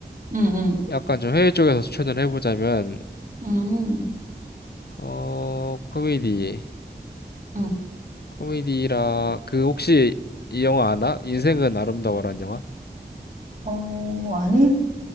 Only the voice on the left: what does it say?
약간 좀 해외 쪽에서 추천을 해보자면
어, 코미디,
코미디라 그 혹시 이 영화 아나? 인생은 아름다워라는 영화?